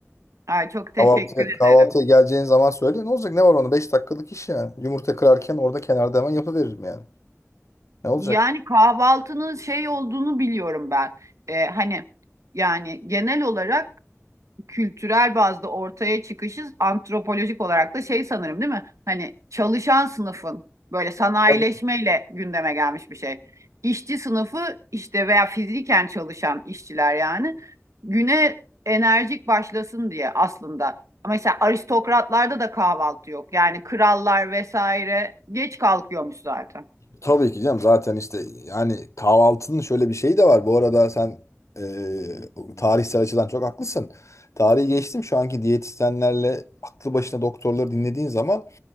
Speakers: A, on the right; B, on the left.
A: Ay, çok teşekkür
B: Kahvaltı, kahvaltıya
A: ederim.
B: geleceğin zaman söyle. Ne olacak? Ne var onda? 5 dakikalık iş yani. Yumurta kırarken orada kenarda hemen yapıveririm yani. Ne olacak?
A: Yani kahvaltının şey olduğunu biliyorum ben. Ee, hani yani genel olarak kültürel bazda ortaya çıkışı antropolojik olarak da şey sanırım değil mi? Hani çalışan sınıfın böyle sanayileşmeyle
B: Tabii
A: gündeme gelmiş bir şey. İşçi sınıfı işte veya fiziken çalışan işçiler yani güne enerjik başlasın diye aslında. Ama mesela aristokratlarda da kahvaltı yok. Yani krallar vesaire geç kalkıyormuş zaten.
B: tabii ki canım zaten işte yani kahvaltının şöyle bir şeyi de var. Bu arada sen e, tarihsel açıdan çok haklısın. Tarihi geçtim şu anki diyetisyenlerle aklı başına doktorları dinlediğin zaman